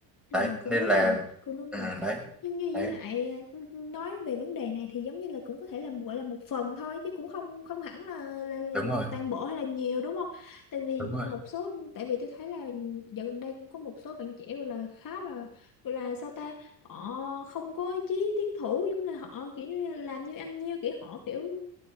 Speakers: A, on the left (about 45°); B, in the centre.
A: Ừ,
B: đấy
A: cũng
B: nên
A: đúng
B: là
A: nhờ cũng đúng
B: ừ,
A: nhờ
B: đấy
A: nhưng như
B: đấy
A: với lại à, nói về vấn đề này thì giống như là cũng có thể là gọi là một phần thôi chứ cũng không không hẳn là, là, là
B: đúng rồi
A: toàn bộ hay là nhiều đúng không tại vì
B: đúng rồi
A: một số tại vì tôi thấy là dạo gần đây cũng có một số bạn trẻ gọi là khá là gọi là sao ta họ không có ý chí tiến thủ giống như là họ kiểu như là làm như ăn nhiêu kiểu họ kiểu